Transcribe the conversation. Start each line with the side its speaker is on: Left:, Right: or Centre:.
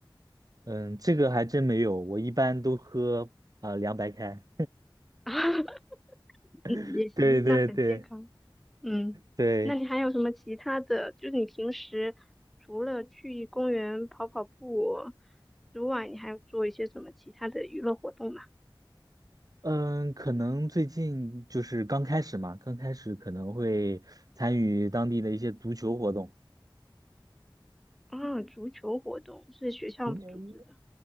Right: 嗯，这个还真没有，我一般都喝呃凉白开。
Centre: <laughs> 嗯也行，
Right: <laughs> 对对对
Centre: 那很健康。嗯，
Right: 对，
Centre: 那你还有什么其他的？就是你平时除了去公园跑跑步之外，你还有做一些什么其他的娱乐活动吗？
Right: 嗯，可能最近就是刚开始嘛，刚开始可能会参与当地的一些足球活动。
Centre: 啊，足球活动是学校组织的。
Right: 嗯